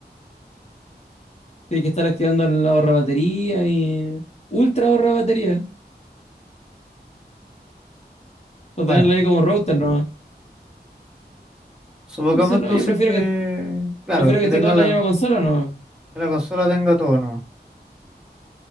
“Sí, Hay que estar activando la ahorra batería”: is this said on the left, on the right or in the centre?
Left